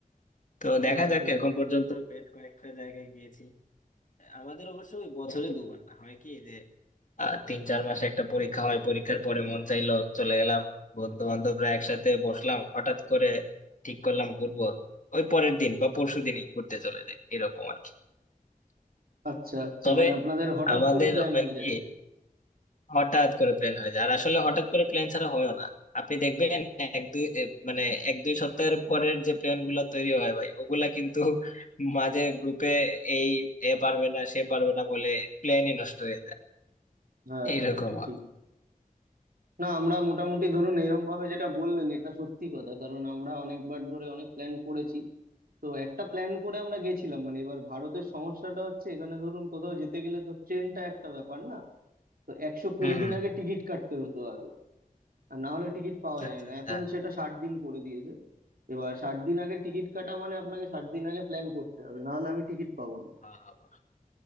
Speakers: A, on the left (about 60°); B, on the right (about 80°).
A: তো দেখা
B: বা এটা
A: যাক
B: দারুণ
A: এখন পর্যন্ত বেশ কয়েকটা জায়গায় গিয়েছি আমাদের অবশ্য ওই বছরে দুবার না হয় কি যে আহ, তিন চার মাসে একটা পরীক্ষা হয় পরীক্ষার পরে মন চাইলো চলে এলাম বন্ধু বান্ধবরা একসাথে বসলাম হঠাৎ করে ঠিক করলাম ঘুরবো ওই পরের দিন বা পরশু দিনই ঘুরতে চলে যাই এরকম আর কি।
B: আচ্ছা আচ্ছা
A: তবে
B: মানে আপনাদের হঠাৎ
A: আমাদের
B: করে প্ল্যান
A: হয়
B: হয়ে
A: কি
B: যায়
A: হঠাৎ করে প্ল্যান হয়ে যায় আর আসলে হঠাৎ করে প্ল্যান ছাড়া হয় না আপনি দেখবেন এক দুই এ, মানে এক দুই সপ্তাহের পরের যে প্ল্যান গুলো তৈরি হয় ভাই ওগুলা কিন্তু <laughs> মাঝে গ্রুপে এই এ পারবে না সে পারবে না বলে প্ল্যানই নষ্ট হয়ে যায়
B: হ্যাঁ
A: এইরকম
B: এটা
A: হয়
B: ঠিক না আমরা মোটামুটি ধরুন এরম ভাবে যেটা বললেন এটা সত্যি কথা কারণ আমরা অনেকবার ধরে অনেক প্ল্যান করেছি তো একটা প্ল্যান করে আমরা গেছিলাম মানে এবার ভারতের সমস্যাটা হচ্ছে এখানে ধরুন কোথাও যেতে গেলে তো ট্রেনটা একটা ব্যাপার না তো একশো কুড়ি
A: হম হম
B: দিন আগে টিকিট কাটতে হতো আগে আর না হলে টিকিট পাওয়া
A: আচ্ছা
B: যায় না
A: আচ্ছা
B: এখন সেটা ষাট দিন করে দিয়েছে এবার ষাট দিন আগে টিকিট কাটা মানে আপনাকে ষাট দিন আগে প্ল্যান করতে হবে না হলে আমি টিকিট পাবো না
A: বাবা।